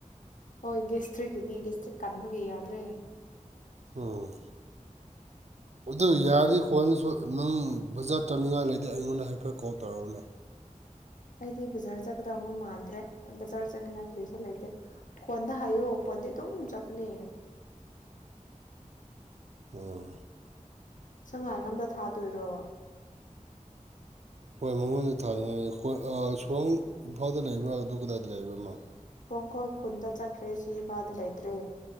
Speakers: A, on the left; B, on the right.
A: ꯍꯣꯏ ꯒꯁꯇ꯭ꯔꯤꯛꯀꯤꯅꯦ ꯒꯁꯇ꯭ꯔꯤꯛ ꯀꯟꯕꯒꯤ ꯌꯥꯗ꯭ꯔꯦ
B: ꯎ ꯑꯗꯨ ꯌꯥꯔꯗꯤ ꯈꯣꯅꯁꯨ ꯅꯪ ꯕꯖꯥꯔꯠ ꯆꯠꯅꯤꯡꯉꯥꯏ ꯂꯩꯇꯦ ꯑꯩꯉꯣꯟꯗ ꯍꯥꯏꯐꯦꯠ ꯀꯣꯜ ꯇꯧꯔꯛ ꯎꯅꯦ
A: ꯑꯩꯗꯤ ꯕꯖꯥꯔ ꯆꯠꯀꯗꯕ ꯃꯥꯟꯗ꯭ꯔꯦ ꯕꯖꯥꯔ ꯆꯠꯅꯤꯡꯉꯥꯏ ꯀꯔꯤꯁꯨ ꯂꯩꯇꯦ ꯐꯣꯟꯗ ꯍꯥꯏꯌꯣ ꯐꯣꯟꯗꯤ ꯑꯗꯨꯝ ꯆꯠꯄꯅꯦ
B: ꯑꯣ
A: ꯁꯉꯥꯏ ꯑꯝꯇ ꯊꯥꯗꯣꯏꯔꯣ
B: ꯍꯣꯏ ꯃꯉꯣꯟꯗ ꯊꯥꯅꯤꯡꯉꯥꯏꯣꯏ ꯁ꯭ꯋꯥꯡ ꯏꯝꯐꯥꯜꯗ ꯂꯩꯕ꯭ꯔꯥ ꯑꯗꯨ ꯀꯗꯥꯏꯗ ꯂꯩꯕ꯭ꯔꯥꯃꯣ
A: ꯈꯣꯡꯈꯣꯜ ꯈꯨꯟꯗ ꯆꯠꯈ꯭ꯔꯦ ꯁꯤ ꯏꯝꯐꯥꯜꯗ ꯂꯩꯇ꯭ꯔꯦ